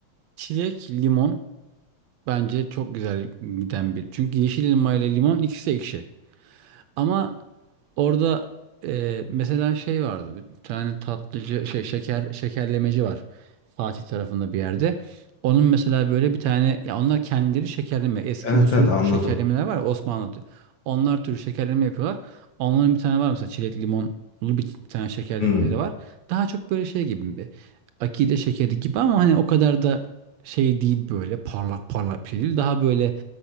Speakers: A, on the right (about 75°); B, on the left (about 50°).
A: Çilek, limon bence çok güzel giden bir. Çünkü yeşil elma ile limon ikisi ekşi. Ama orada e, mesela şey vardı. Bir tane tatlıcı şey şeker şekerlemeci var. Fatih tarafında bir yerde. Onun mesela böyle bir tane ya onlar kendileri şekerleme eski
B: Evet
A: usul
B: evet anladım.
A: şekerlemeler var ya Osmanlı. tü- Onlar türü şekerleme yapıyorlar. Onların bir tane var mesela çilek limonlu bir, bir tane şekerlemeleri
B: Hmm,
A: var. Daha çok böyle şey gibi bir akide şekeri gibi ama hani o kadar da şey değil böyle parlak parlak bir şey değil. Daha böyle